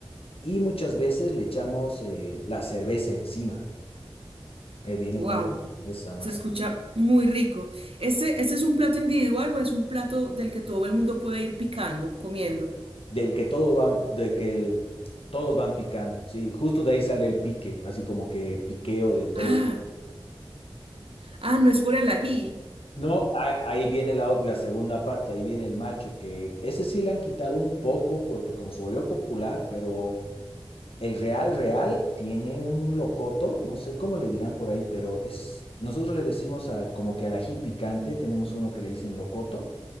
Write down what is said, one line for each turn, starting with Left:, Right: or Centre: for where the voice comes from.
Left: y muchas veces le echamos eh, la cerveza encima. Eh, viene
Right: wow.
Left: con una cerveza más,
Right: Se escucha muy rico. ¿Este, este es un plato individual o es un plato del que todo el mundo puede ir picando, comiendo?
Left: del que todo va, de que el- todos van picando, ¿sí? Justo de ahí sale el pique, así como que piqueo de todo.
Right: Ah, ah, no es por el ají.
Left: No, a- ahí viene la, ot- la segunda parte, ahí viene el macho, que ese sí le han quitado un poco porque como se volvió popular, pero... El Real Real tiene un locoto, no sé cómo le dirán por ahí, pero es, nosotros le decimos al, como que al ají picante, tenemos uno que le dicen locoto,